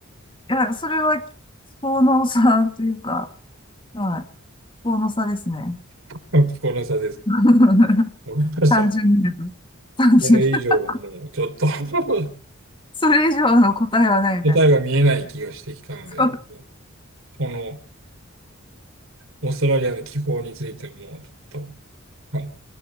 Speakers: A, on the left; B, on the right.
A: や、なんかそれは気候の差というか、はい。気候の差ですね。
B: <laughs> 気候の差です。
A: <laughs>
B: わかりました。
A: 単純に言うと。単純
B: これ以上はもうちょっと
A: <laughs>
B: <laughs>
A: それ以上の答えはないみたいな。
B: 答えが見えない気がしてきたので、
A: <laughs> そう。
B: もうこのオーストラリアの気候についてもうちょっと、はい、